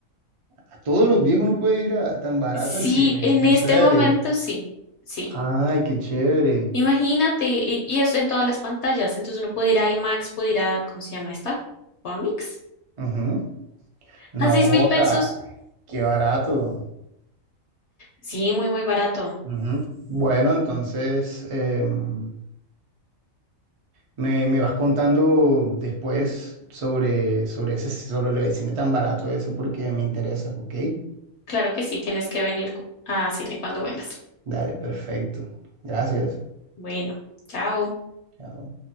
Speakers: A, on the right; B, on the left.
A: A todos los días uno puede ir a, tan barato
B: Sí,
A: al cine,
B: en
A: en
B: este
A: serio.
B: momento sí. Sí.
A: Ay, qué chévere.
B: Imagínate, y, y es en todas las pantallas. Entonces uno puede ir a IMAX, puede ir a, ¿cómo se llama esta? Onix.
A: Ujú. No,
B: A seis mil
A: o
B: pesos.
A: sea, qué barato.
B: Sí, muy, muy barato.
A: Ujú. Bueno, entonces em, me, me vas contando después sobre, sobre ese, sobre el cine tan barato ese porque me interesa, ¿ok?
B: Claro que sí, tienes que venir cu- a cine cuando vengas.
A: Dale, perfecto. Gracias.
B: Bueno, chao.
A: Chao.